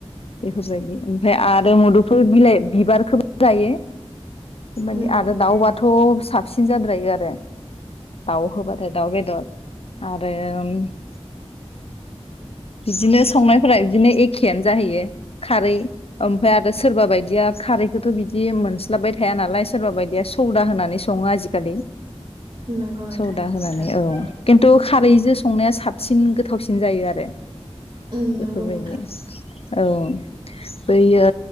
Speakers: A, on the left; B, on the right.
A: बेफोरबायदि ओमफ्राय आरो मुदु बे बिलाइ बिबारखौबो जायो। उनालि
B: नंगौ
A: आरो
B: नोंथां
A: दाउबाथ' साबसिन जाद्रायो आरो दाउ होबा फाय दाउ बेदर आरो उम बिदिनो संनायफोरा बिदिनो एखेयानो जाहैयो खारै ओमफ्राय आरो सोरबा बायदिया खारैखौथ' बिदि मोनस्लाबबाय थाया नालाय सोरबा बायदिया सौदा होनानै सङो आजिखालि
B: नंगौ नोंथां
A: सौदा
B: नंगौ
A: होनानै
B: थारैनो
A: औ खिन्थु खारैजों संनाया साबसिन गोथावसिन जायो आरो। रो
B: नंगौ नंगौ
A: बेफोरबायदि
B: नोंथां
A: औ बैयो